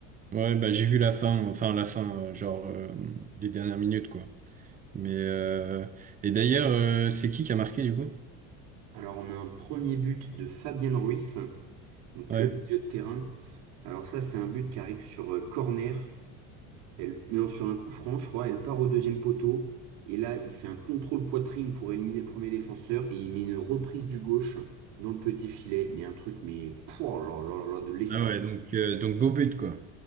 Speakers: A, on the right; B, on the right.
A: Ouais, bah j'ai vu la fin, enfin la fin, euh, genre euh, les dernières minutes quoi. Mais euh, et d'ailleurs, euh, c'est qui qui a marqué du coup?
B: Alors on a un premier but de Fabien Ruiz, donc
A: Ouais.
B: euh, milieu de terrain. Alors ça c'est un but qui arrive sur euh, corner. Elle lance sur un coup franc, je crois, elle part au deuxième poteau. Et là, il fait un contrôle poitrine pour éliminer le premier défenseur. Et il met une reprise du gauche dans le petit filet. Mais un truc, mais pouah, oh là, là, là, là, de l'espace.
A: Ah ouais, donc euh, donc beau but quoi.